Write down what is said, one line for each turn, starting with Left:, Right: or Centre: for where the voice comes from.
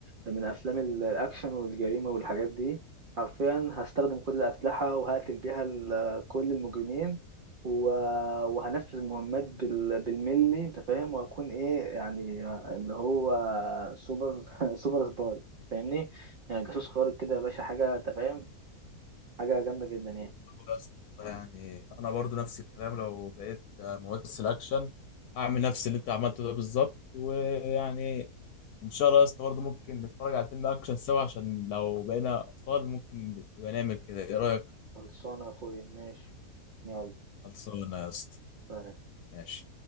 Right: من افلام ال- الاكشن والجريمه والحاجات دي حرفيا هستخدم كل الاسلحه وهقتل بيها ال- كل المجرمين و- وهنفذ المهمات بال- بالملي انت فاهم وهكون ايه يعني آه، اللي هو سوبر <laughs> سوبر سباي فاهمني يعني جاسوس خارق كده يا باشا حاجه انت فاهم حاجه جامده جدا يعني
Left: أقول يا اسطى والله يعني انا برضو نفس الكلام لو بقيت ممثل اكشن هعمل نفس اللي انت عملته ده بالظبط ويعني ان شاء الله يا اسطى برضو ممكن نتفرج على فيلم اكشن سوا عشان لو بقينا اطفال ممكن يبقى نعمل كده ايه رايك
Right: خلصانة يا أخويا ماشي يلا
Left: خلصانه يا اسطى
Right: سلام.
Left: ماشي